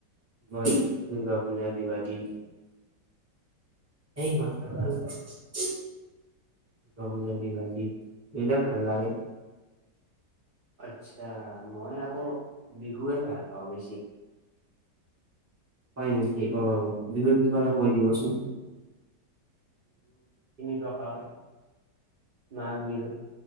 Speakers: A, on the right; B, on the right.
A: মই দুৰ্গা পূজাত, দিৱালী, সেইমতে কাৰো আৰু। হ'ব যদি ভাবী। এনে ভাল লাগে।
B: আচ্ছা মই আকৌ বিহুৱে ভাল পাওঁ বেছি।
A: হ'য় নেকি অ বিহু পিছুৱালে কৈ দিবচোন।
B: প্ৰকাৰ মাঘ বিহু,